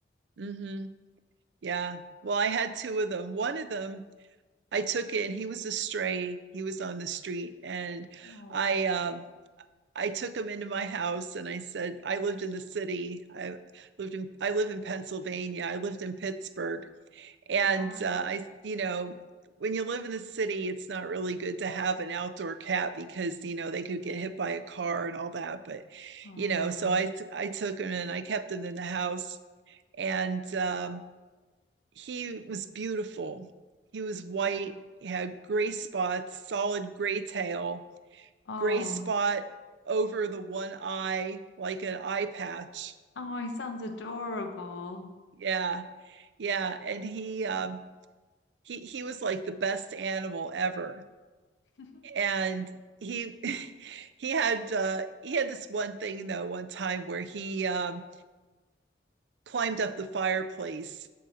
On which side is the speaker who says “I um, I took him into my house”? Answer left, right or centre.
Right